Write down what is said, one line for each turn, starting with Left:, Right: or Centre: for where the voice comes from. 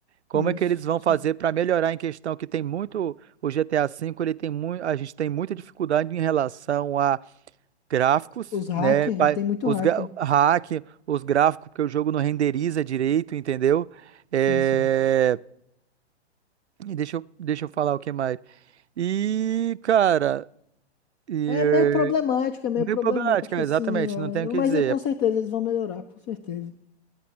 Right: Como
Left: isso,
Right: é que eles vão
Left: isso
Right: fazer
Left: mesmo.
Right: para melhorar em questão que tem muito o GTA V, ele tem muito, a gente tem muita dificuldade em relação a gráficos,
Left: Os hackers,
Right: né? Pa-
Left: e tem muito
Right: Os
Left: hacker.
Right: gra- hack, os gráficos porque o jogo não renderiza direito, entendeu? É,
Left: Sim, sim.
Right: e Deixa eu, deixa eu falar o que mais. E, cara, e,
Left: É meio problemático, é meio
Right: meio
Left: problemático,
Right: problemática,
Left: assim.
Right: exatamente,
Left: é.
Right: não tenho o
Left: Eu-
Right: que
Left: Mas
Right: dizer.
Left: é, com certeza eles vão melhorar, com certeza.